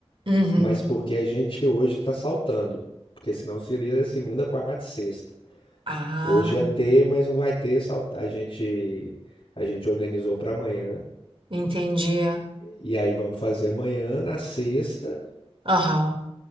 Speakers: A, on the right (about 55°); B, on the left (about 50°).
A: Uhum.
B: Mas porque a gente hoje está saltando. Porque senão seria segunda, quarta e sexta.
A: Ah,
B: Hoje ia ter, mas não vai ter. sal- A gente, a gente organizou para amanhã.
A: entendi.
B: E aí vamos fazer amanhã, na sexta,
A: Aham.